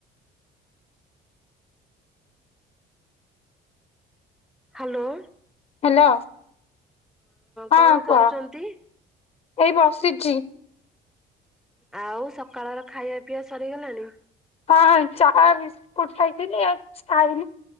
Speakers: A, in the centre; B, on the left.
A: ହ୍ୟାଲୋ।
B: ହ୍ୟାଲୋ ହଁ
A: କଣ କରୁଛନ୍ତି?
B: କୁହ ଏଇ ବସିଛି।
A: ଆଉ ସକାଳର ଖାଇବା ପିଇବା ସରିଗଲାଣି?
B: ହଁ ଚା ବିସ୍ କୁଟ ଖାଇଛି ଆଇଲି।